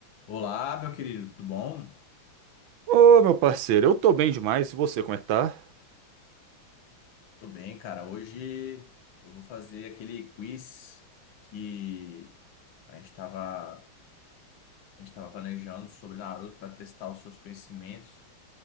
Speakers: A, on the left (about 70°); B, on the right (about 75°).
A: Olá, meu querido, tudo bom?
B: Ô, meu parceiro, eu tô bem demais. E você, como é que tá?
A: Tô bem, cara. Hoje eu vou fazer aquele quiz que a gente tava, a gente tava planejando sobre Naruto para testar os seus conhecimentos,